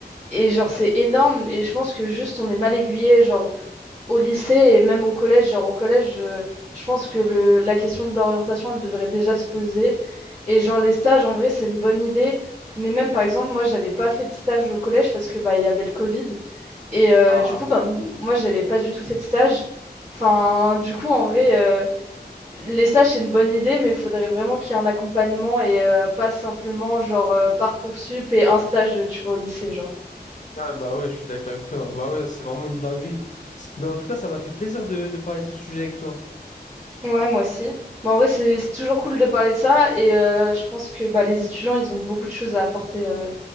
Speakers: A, on the right; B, on the left.
A: Et genre, c'est énorme. Et je pense que juste, on est mal aiguillé, genre, au lycée et même au collège. Genre, au collège, euh, je pense que le, la question de l'orientation, elle devrait déjà se poser. Et genre, les stages, en vrai, c'est une bonne idée. Mais même, par exemple, moi, j'avais pas fait de stage au collège parce que, bah, il y avait le Covid. Et euh,
B: Ah
A: du coup, bah,
B: ouais,
A: m- moi, j'avais pas du tout fait de stage. Enfin, du coup, en vrai, euh, les stages, c'est une bonne idée, mais il faudrait vraiment qu'il y ait un accompagnement et euh, pas simplement genre euh, Parcoursup et un stage, euh, tu vois, au lycée, genre.
B: Ah, bah ouais, je suis d'accord avec toi. Bah ouais, c'est vraiment une dinguerie. Mais en tout cas, ça m'a fait plaisir de, de parler de ce sujet avec toi.
A: Ouais, moi aussi. Bah, en vrai, c'est c'est toujours cool de parler de ça et euh, je pense que bah, les étudiants, ils ont beaucoup de choses à apporter euh,